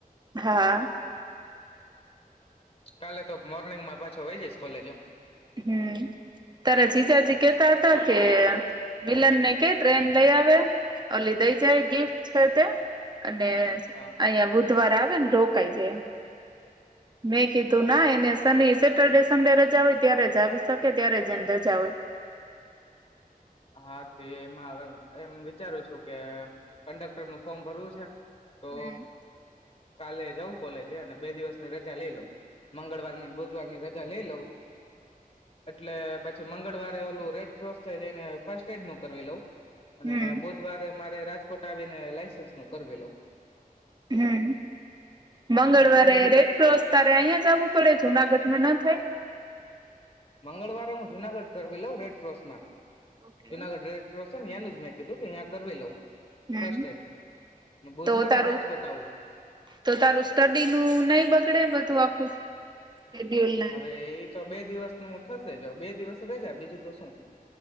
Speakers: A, on the right; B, on the left.
A: હા.
B: કાલે તો. મોર્નિંગ માં પાછો વયો જઈશ કોલેજ.
A: હમ્મ ‌‌ તારા જીજાજી કેતા હતા કે મિલન ને કે ટ્રેન લઈ આવે ઓલી દઈ જાય ગિફ્ટ છે. તે અને
B: હા
A: અહિયા બુધવાર આવે ને તૂ. રોકાયજે મેં કીધું
B: હા
A: ના એને શનિ સે. સન્ડે રજા હોય. ત્યારે જ આવી શકે ત્યારે જ એને રજા હોય.
B: હા, તે એમાં એમ વિચારું છું. કે કંડક્ટર નું ફોર્મ ભરવું છે. તો
A: હમ્મ
B: કાલે જવું કોલેજે અને બે દિવસની રજા લઈ મંગળવાર ની બુધવાર ની રજા લઈ લઉં. એટલે. પછી મંગળવારે ઓલું રેડ કૌસ જરીને ફર્સ્ટ એડ નુ કરવી લઉં અને
A: હમ
B: બુધવારે. મારે રાજકોટ આવીને લાઈસન્સ નું કરવી લઉ.
A: હમ્મ મંગળવારે
B: એટલે ઈ બે
A: રેડ ક્રોસ તારે અહીંયા જ આવવું પડે જુનાગઢમાં ન થાય
B: મંગળવારે હું, જુનાગઢ કરવી લઉં રેડ ક્રોસ માં.
A: ઓકે
B: જુનાગઢ રેડ કૌંસ. <unintelligible> એનું જ મેં કીધું કે અહિયા મેં કરવી લઉં
A: હમ,
B: ફર્સ્ટ એડ બુધવારે
A: તો તારું
B: રાજકોટ આવું
A: તો તારું સ્ટડી નું નહી બગડે બધું આખું. શેડ્યુલ ને
B: હવે એ તો બે દિવસ નું થ જ બે દિવસ રજા બીજું તો શું‌